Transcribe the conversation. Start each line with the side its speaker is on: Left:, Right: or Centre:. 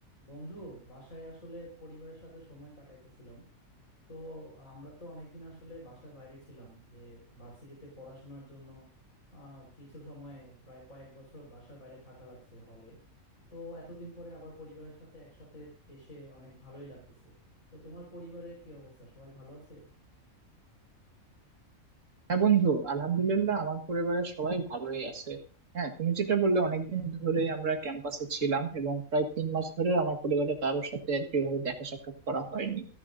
Left: বন্ধু বাসায় আসলে পরিবারের সাথে সময় কাটাইতেছিলাম তো আমরা তো অনেকদিন আসলে বাসার বাইরে ছিলাম যে ভার্সিটিতে পড়াশোনার জন্য আহ, কিছু সময় প্রায় কয়েক বছর বাসার বাইরে থাকা লাগছে হলে তো এতদিন পরে আবার পরিবারের সাথে একসাথে এসে অনেক ভালোই লাগতেছে তো তোমার পরিবারের কি অবস্থা সবাই ভালো আছে
Right: হ্যাঁ বন্ধু আলহামদুলিল্লাহ আমার পরিবারের সবাই ভালোই আছে হ্যাঁ তুমি যেটা বললে অনেকদিন ধরে আমরা ক্যাম্পাসে ছিলাম এবং প্রায় তিন মাস ধরে আমার পরিবারের কারোর সাথে আর কি ওভাবে দেখা সাক্ষাৎ করা হয়নি